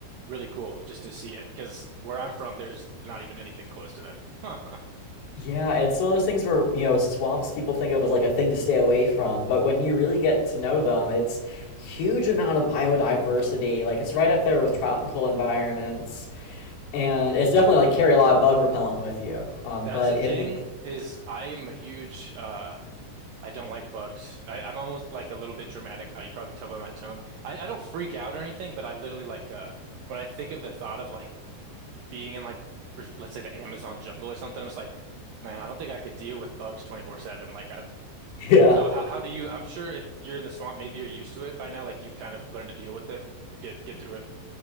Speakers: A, on the right; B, on the left.
A: really cool just to see it because where I'm from, there's not even anything close to that.
B: Yeah, it's one of those things where, you know, swamps people think of as like a thing to stay away from, but when you really get to know them, it's huge amount of biodiversity. Like it's right up there with tropical environments. And it's definitely like carry a lot of bug repellent with you.
A: <laughs>
B: Um,
A: That's
B: but
A: the
B: it
A: thing
B: is
A: is I am a huge uh I don't like bugs. I, I'm almost like a little bit dramatic about it. You probably tell by my tone. I, I don't freak out or anything, but I literally like uh when I think of the thought of like being in like pers- let's say the Amazon jungle or something, I'm just like, man, I don't think I could deal with bugs 24/7. Like I
B: <laughs>
A: so
B: yeah.
A: how how do you I'm sure if you're in the swamp, maybe you're used to it by now, like you've kind of learned to deal with it or get get through it.